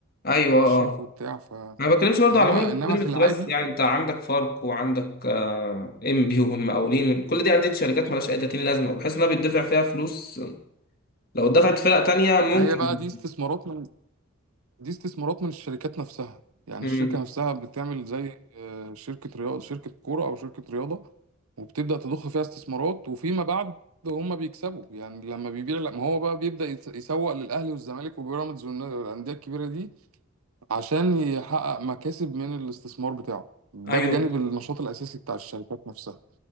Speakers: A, on the left (about 45°); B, on the right (about 85°).
A: ايوه اه
B: الشيخ وبتاع ف
A: ما بتكلمش برضو
B: انما
A: على
B: انما
A: بيراميدز
B: في العادي
A: بس يعني انت عندك فاركو وعندك آه، ام بي والمقاولين كل دي انديه شركات مالهاش اي 30 لازمه وبحيث انها بيدفع فيها فلوس لو اتدفعت فرق تانية ممكن
B: ما هي بقى دي استثمارات من دي استثمارات من الشركات نفسها يعني
A: امم
B: الشركة نفسها بتعمل زي آه، شركة رياضة شركة كورة أو شركة رياضة وبتبدأ تضخ فيها استثمارات وفيما بعد هم بيكسبوا يعني لما بيبيع لما هو بقى بيبدأ يت- يسوق للأهلي والزمالك وبيراميدز والن- والأندية الكبيرة دي عشان يحقق مكاسب من الاستثمار بتاعه ده
A: ايوه
B: بجانب
A: بالظبط
B: النشاط الأساسي بتاع الشركات نفسها